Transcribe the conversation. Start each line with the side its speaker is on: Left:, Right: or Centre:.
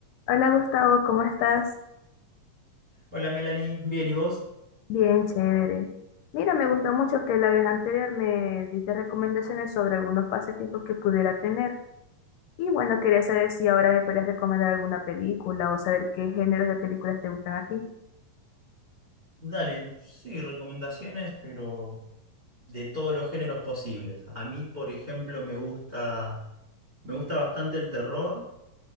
Left: Hola Gustavo, ¿cómo estás?
Right: Hola Melanie, bien, ¿y vos?
Left: Bien, chévere. Mira, me gustó mucho que la vez anterior me diste recomendaciones sobre algunos pasatiempos que pudiera tener. Y bueno, quería saber si ahora me puedes recomendar alguna película o saber qué géneros de películas te gustan a ti.
Right: Dale, sí, recomendaciones, pero de todos los géneros posibles. A mí, por ejemplo, me gusta, me gusta bastante el terror,